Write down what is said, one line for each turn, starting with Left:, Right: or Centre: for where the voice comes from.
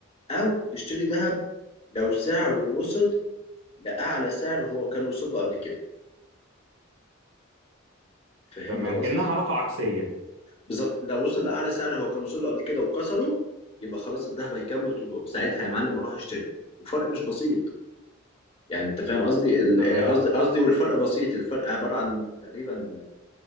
Left: او تشتري ذهب لو سعره وصل لاعلى سعر هو كان وصل له قبل كده فهمت
Right: تمام
Left: قصدي
Right: كأنها علاقة عكسية
Left: بالظبط لو وصل لاعلى سعر هو كان وصل له قبل كده وكسره يبقى خلاص الذهب هيكمل طوله ساعتها يا معلم اروح اشتري وفرق مش بسيط يعني انت فاهم قصدي ال-
Right: تمام
Left: قصدي قصدي والفرق بسيط الفرق عباره عن تقريبا